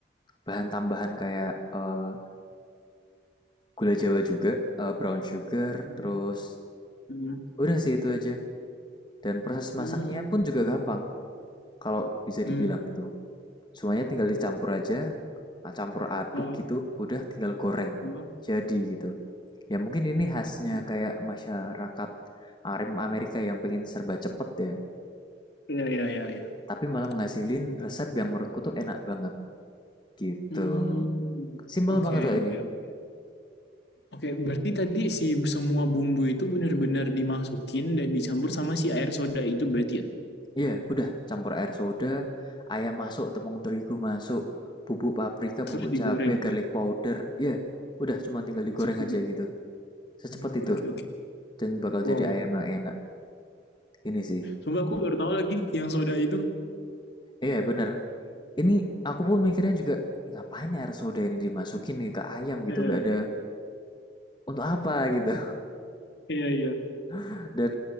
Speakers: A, on the left; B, on the left.
A: bahan tambahan kayak eh, gula Jawa juga, eh, brown sugar,
B: Hmm,
A: terus
B: hmm,
A: udah sih itu aja. Dan proses
B: hmm,
A: masaknya pun juga gampang kalau bisa
B: hmm.
A: dibilang gitu. Semuanya tinggal dicampur aja, Ah, campur aduk
B: Oh,
A: gitu, udah tinggal goreng.
B: oh,
A: Jadi gitu. Ya mungkin ini khasnya
B: oke.
A: kayak masyarakat Arim Amerika yang pengen serba cepet ya,
B: Iya, iya, iya, iya.
A: tapi malah menghasilin
B: Paham, paham.
A: resep yang menurutku tuh enak banget gitu.
B: Hmm,
A: Simpel
B: oke,
A: banget kok
B: oke,
A: ini.
B: oke. Oke, berarti tadi si semua bumbu itu benar-benar dimasukin dan dicampur sama si air soda itu berarti ya?
A: Iya, udah campur air soda, ayam masuk, tepung terigu masuk, bubuk paprika,
B: Terus
A: bubuk
B: digoreng.
A: cabai, garlic powder. Iya, udah cuma tinggal digoreng
B: Terus digoreng.
A: aja gitu. Secepat
B: Hmm,
A: itu
B: Oke, oke.
A: dan bakal
B: Wow.
A: jadi ayam yang enak. Ini sih.
B: Sumpah aku baru tahu lagi yang soda itu.
A: Iya bener, Ini aku pun mikirnya juga, "Ngapain ya air soda ini dimasukin nih ke ayam gitu,
B: Eh,
A: gak ada untuk apa?" gitu.
B: iya, iya.
A: <laughs> Dan